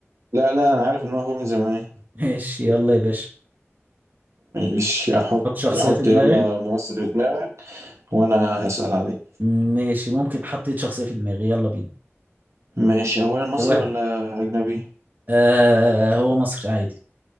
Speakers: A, on the right; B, on the right.
A: لا لا انا عارف ان هو اخوه من زمان
B: ماشي يلا يا باشا
A: مش احط
B: حط شخصية
A: حط
B: في دماغي
A: يلا ممثل في دماغك وانا هسأل عليك
B: ماشي ممكن حطيت شخصية في دماغي يلا بينا
A: ماشي اولا مصري
B: هواها
A: ولا اجنبي
B: آه هو مصري عادي